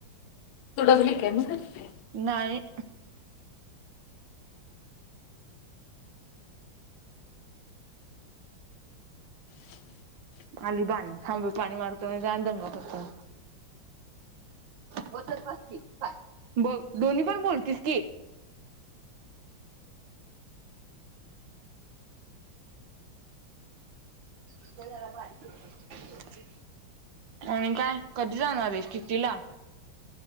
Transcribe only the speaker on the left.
तडा भ का आहे
<unintelligible>